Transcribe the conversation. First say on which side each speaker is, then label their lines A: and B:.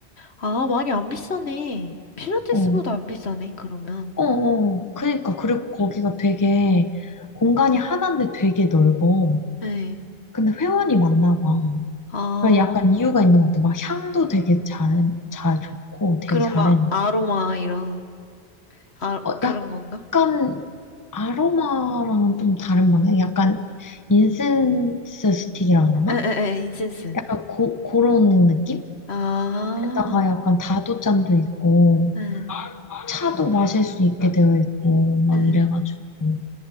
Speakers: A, on the left; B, on the left.
A: 아, 많이 안 비싸네. 필라테스보다
B: 어,
A: 안 비싸네, 그러면.
B: 어, 어. 그니까. 그리고 거기가 되게 공간이 하나인데 되게 넓어.
A: 네.
B: 근데 회원이 많나 봐.
A: 아,
B: 그러니까 약간 이유가 있는 것 같아. 막 향도 되게 잘, 잘 좋고 되게
A: 그럼
B: 잘해놔.
A: 막 아로마 이런, 아,
B: 어,
A: 그런
B: 약간
A: 건가?
B: 아로마랑은 좀 다른 방향? 약간 인센스 스틱이라 그러나?
A: 에에에 인센스.
B: 약간 고, 그런 느낌?
A: 아,
B: 에다가 약간 다도잔도 있고
A: 에,
B: 차도 마실 수 있게 되어 있고 막
A: 에.
B: 이래가지고